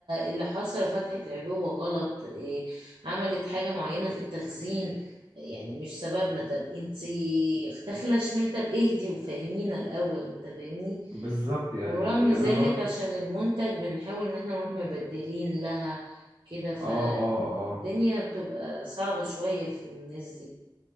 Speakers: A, on the right; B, on the right.
A: اللي حصل فتحت عبوه غلط إيه عملت حاجه معينه في التخزين يعني مش سببنا طب انتي داخله شمال طب اهدي وفهمينا الاول انت فاهمني
B: بالظبط يعني
A: ورغم ذلك
B: انا برضو
A: عشان المنتج بنحاول ان احنا نروح مبدلين لها كده فالدنيا
B: اه اه اه
A: بتبقى صعبة شوية في الناس دي